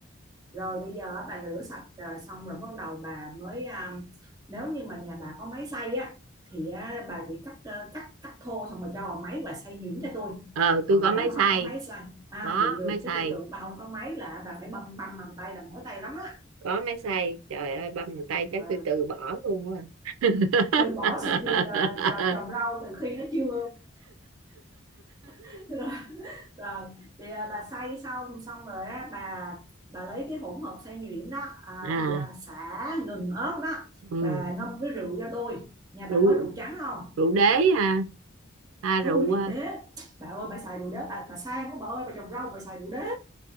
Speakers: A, on the right; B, on the right.
A: rồi bây giờ á, bà rửa sạch à, xong rồi bắt đầu bà mới à, nếu như mà nhà bà có máy xay á thì á, bà chỉ cắt à, cắt cắt thô xong rồi cho vào máy và xay nhuyễn cho tôi
B: ờ
A: còn
B: tôi có
A: nếu
B: máy
A: mà
B: xay
A: không có máy xay à
B: có
A: vậy được
B: máy xay
A: chứ tôi tưởng bà không có máy là bà phải băm băm bằng tay là mỏi tay lắm á
B: có máy xay trời ơi băm một tay chắc
A: Ờ,
B: tôi từ bỏ luôn quá <laughs>
A: từ bỏ sự nghiệp à, trồng trồng rau từ khi nó chưa <laughs> rồi thì à, bà xay xong xong rồi á bà bà lấy cái hỗn hợp xay nhuyễn đó à,
B: à
A: cái gì đó, sả gừng ớt đó
B: ừ.
A: bà ngâm với rượu ra đôi nhà bà
B: rượu
A: có rượu trắng không
B: rượu đế à, à rượu
A: ôi rượu
B: à,
A: đế bà ơi bà xài rượu đế bà bà sang quá bà ơi bà trồng rau bà xài rượu đế